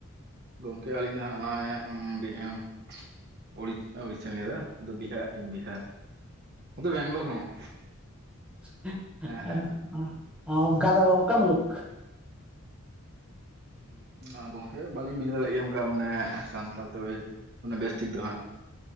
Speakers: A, on the right; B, in the centre.
A: ᱜᱚᱝᱠᱮ ᱟᱹᱞᱤᱧ ᱫᱚ ᱦᱟᱸᱜ ᱱᱚᱜᱼᱚᱭ <unintelligible> ᱩᱲᱤᱥ ᱩᱲᱤᱥᱥᱟᱧ ᱞᱟᱹᱭᱫᱟ ᱟᱫᱚ ᱵᱤᱦᱟᱜ ᱵᱤᱦᱟᱨ ᱤᱧᱫᱚ ᱵᱮᱝᱜᱚᱞ ᱠᱷᱚᱱᱟᱜ
B: <unintelligible>
A: ᱦᱮᱸ
B: ᱚ ᱚᱝᱠᱟ ᱫᱚ ᱚᱠᱟ ᱢᱩᱞᱩᱠ
A: ᱦᱮᱸ ᱜᱚᱝᱠᱮ ᱵᱟᱞᱤᱧ ᱵᱩᱡᱷᱟᱹ ᱫᱟᱲᱮᱭᱟᱜ ᱜᱮᱭᱟ ᱚᱝᱠᱟ ᱢᱟᱱᱮ ᱥᱟᱱᱛᱟᱞ ᱛᱮ ᱚᱱᱮ ᱵᱮᱥ ᱴᱷᱤᱠ ᱫᱚ ᱦᱟᱸᱜ